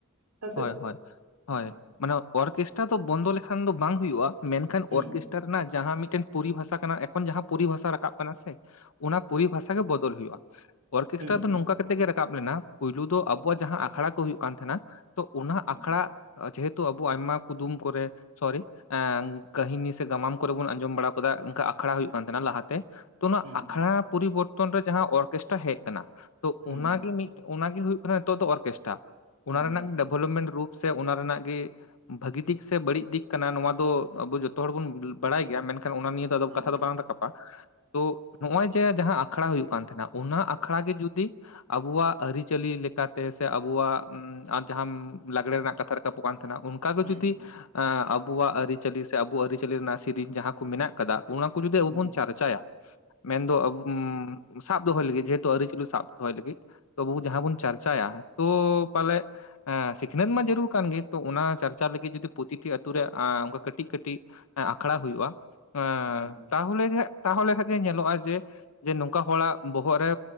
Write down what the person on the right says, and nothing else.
ᱦᱮᱸᱥᱮ
ᱦᱩᱸ
ᱦᱩᱸ
ᱦᱩᱸ
ᱦᱩᱸ
ᱦᱩᱸ
ᱦᱩᱸ
ᱦᱩᱸ
ᱦᱩᱸ
ᱦᱩᱸ
ᱦᱩᱸ
ᱦᱩᱸ
ᱦᱩᱸ ᱦᱩᱸ